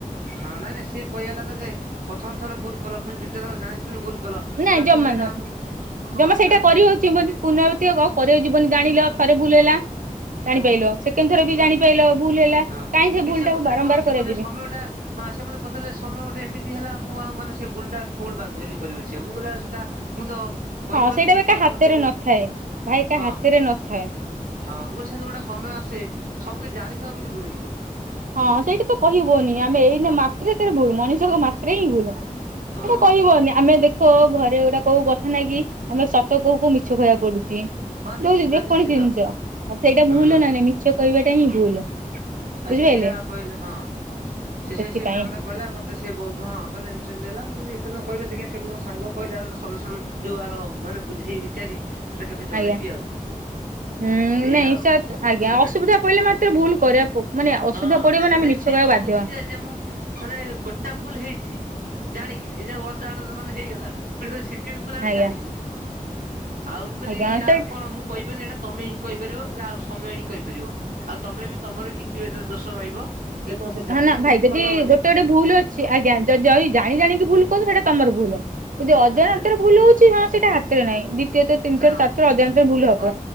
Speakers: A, on the right (about 80°); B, on the right (about 70°).
A: ହଁ ନାଇଁ ନାଇଁ ସିଏ କହିବା କଥା ଯେ ପ୍ରଥମ ଥର ଭୁଲ କଲ ଫୁଣି ଦ୍ୱିତୀୟ ଥର ଜାଣିସୁଣି ଭୁଲ କଲ
B: ନାଇଁ
A: ମାନେ
B: ଜମା
A: ପୁଣି ଏଇଟା
B: ନୁହଁ
A: ଆମକୁ
B: ଜମା ସେଇଟା
A: ଆଁ
B: କରି ହଉଛି ପୁର୍ନବତ୍ତି ହବ କରିବାକୁ ଯିବନି ଜାଣିଲ ଥରେ ଭୁଲ ହେଲା। ଜାଣିପାଇଲ
A: ହଁ
B: ସେକେଣ୍ଡ ଥର ବି
A: ହଁ
B: ଜାଣିପାଇଲ ଭୁଲ ହେଲା
A: ହଁ
B: କାହିଁ ସେ
A: କି
B: ଭୁଲ ଟାକୁ
A: କହୁଛନ୍ତି
B: ବାରମ୍ବାର
A: କଣ ସେ
B: କରାଯିବି।
A: କହୁଛନ୍ତି ସମୟଟା ହଁ ସେ ମତେ ପଚାରିଲେ ସମୟ ଗୋଟେ ଏମିତି ହେଲା ମୁଁ ଆଉ ମାନେ ସେ ଭୁଲ ଟା ପୁଣି ବାଧ ହେଲି କରିବସିଵାକୁ ମୁଁ କହିଲି ସେଇଟା ମୁଁ ତ କହିପାରୁନି
B: ହଁ ସେଇଟା ବା
A: ଦେଖିବା
B: କାହା
A: ଆମର
B: ହାତରେ
A: କେବେ
B: ନଥାଏ ଭାଇ କାହା
A: ହଁ
B: ହାତରେ ନଥାଏ।
A: ହଁ ମୁଁ କହିଲି ଗୋଟେ ସମୟ ଆସେ ସବୁ କିଛି ଜାଣିଥିବ କିନ୍ତୁ ଭୁଲ ହେଇଯିବ।
B: ହଁ ସେଇଠି ତ କହିବନି ଆମେ ଏଇ ମାତ୍ରେ ତରେ ଭୁଲ ମଣିଷଙ୍କ ମାତ୍ରେ ହିଁ ଭୁଲ। ସେଇଟା
A: ହଁ
B: କହିବନି ଆମେ ଦେଖ ଘରେ ଗୋଟା କୋଉ କଥା ନାଇ କି ଆମେ ସତ କୋଉ କଉ ମିଛ କହିବାକୁ ପଡୁଛି।
A: ହଁ ନିଶ୍ଚିନ୍ତ
B: ଦଉଛୁ ଯେକୌଣସି
A: ନିଶ୍ଚିନ୍ତ
B: ଜିନିଷ ଆଉ ସେଇଟା
A: ହୁଁ
B: ଭୁଲ ନା ନାଇଁ ମିଛ କହିବାଟା ହିଁ ଭୁଲ।
A: ଆଛ
B: ବୁଝିପାରିଲେ
A: ସେଇୟା ଆଉ କହିଲ ହଁ। ସେ
B: ସେଥିପାଇଁ।
A: ସେ ସେଏ ସାଙ୍ଗଟା କହିଲ ମତେ ସେ ବହୁତ ହଁ କହିଲା ଏମିତିମିତି ହେଲା ମୁଁ କହିଲି ତେ କହିବେ ଦେ କେବେ ସାଙ୍ଗ କହିଲ ଆ ଗୋଟେ ସଲୁସନ ଯୋଉ ଆ ମାନେ ବୁଝି ବିଚାରି। ମୁତେ କେବେ ଜଣେଇବି
B: ଆଜ୍ଞା
A: ଆଉ
B: ହୁଁ
A: ଏଇଆ
B: ନାଇଁ
A: ଆଉ
B: ସାର୍ ଆଜ୍ଞା
A: ହେହେ।
B: ଅସୁବିଧା ପଇଲେ ମାତ୍ର ଭୁଲ କରିବା ମାନେ ଅସୁବିଧା
A: ହଁ
B: ପଡିବ ମାନେ ଆମେ
A: ନାଇଁ
B: ମିଛ
A: ସିଏ
B: କହିବାକୁ
A: କହୁଛି
B: ବାଧ୍ୟ ହୁଁ
A: ଯେ ଯେ ମୁଁ ମାନେ ଗୋଟା ଭୁଲ ହେଇଛି। ଜାଣିକି ଏ ଅଜାଣ ମାନେ ହେଇଗଲା ପୁଣ କହୁଚି ସେ କେ ଭୁଲ ଆମେ
B: ଆଜ୍ଞା
A: ଜାଣିକିରି ଆଉ ମୁଁ କହିଲି
B: ଆଜ୍ଞା
A: ୟାର
B: ସେ
A: କଣ ମୁଁ କହିବନି ଏଇଟା ତମେ ହିଁ କହିପାରିବ ଏଟ ଆଉ ସମୟ ହିଁ କହିପାରିବ ଆଉ ତମେ ବି ତମର ବି କିଛି ଏଟ ଦୋଷ ରହିବ। ଯେ ତମେ ସେ ଜାଣିକି
B: ହ ନା
A: ଭୁଲ
B: ଭାଇ ଯଦି
A: କଲ ମାନେ
B: ଗୋଟେ ଗୋଟେ ଭୁଲ ଅଛି ଆଜ୍ଞା ଯଦି ଜାଣି ଜାଣି ଭୁଲ କହୁଛ ସେଇଟା ତମର ଭୁଲ ଯଦି ଅଜା
A: ଆଚ୍ଛା
B: ହ ରେ ଭଲ ହଉଛି କ ସେଟା ହାତରେ ନାହିଁ। ଦ୍ୱିତୀୟଥର ତିନିଥର
A: ଶୁଣ ହ
B: ଚାରିଥର ଅଜାଣତରେ ଭୁଲ ହବ।
A: ହଁ